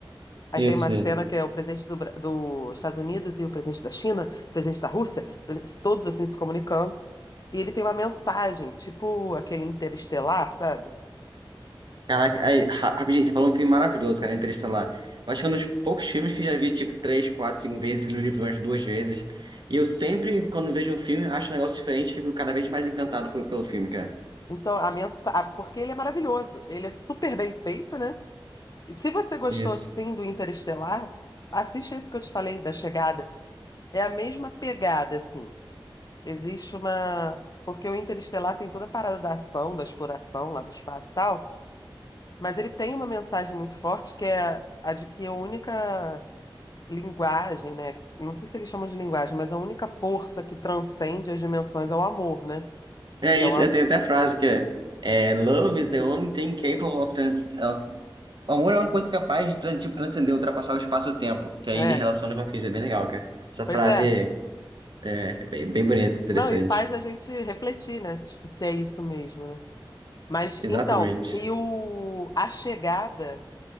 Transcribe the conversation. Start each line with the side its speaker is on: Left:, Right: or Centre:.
Left: Aí
Right: Isso,
Left: tem uma cena
Right: isso.
Left: que é o presidente do, Bra- dos Estados Unidos e o presidente da China, o presidente da Rússia, presen- todos assim se comunicando. E ele tem uma mensagem, tipo aquele interestelar, sabe?
Right: Caraca, aí, ra- rapidinho, você falou um filme maravilhoso, cara, Interestelar. Eu acho que é um dos poucos filmes que eu já vi, tipo, três, quatro, cinco vezes, li o livro umas duas vezes. E eu sempre, quando vejo um filme, acho um negócio diferente, fico cada vez mais encantado pe- pelo filme, cara.
Left: Então, a mensagem. Porque ele é maravilhoso. Ele é super bem feito, né? E se você gostou
Right: Isso.
Left: sim do Interestelar, assiste esse que eu te falei, da chegada. É a mesma pegada, assim. Existe uma. Porque o Interestelar tem toda a parada da ação, da exploração lá do espaço e tal. Mas ele tem uma mensagem muito forte que é a de que a única linguagem, né? Não sei se eles chamam de linguagem, mas a única força que transcende as dimensões é o amor, né?
Right: É isso,
Left: É o am...
Right: é, tem até a frase que é, é, Love is the only thing capable of, trans of... Amor é uma coisa capaz de, tran- tipo, transcender, ultrapassar o espaço e o tempo. Que aí
Left: É,
Right: ele relaciona com a física, é bem legal, cara. Essa
Left: pois
Right: frase
Left: é.
Right: é, é bem, bem bonita, interessante.
Left: Não, e faz a gente refletir, né? Tipo, se é isso mesmo, né? Mas
Right: Exatamente.
Left: então, e o A Chegada,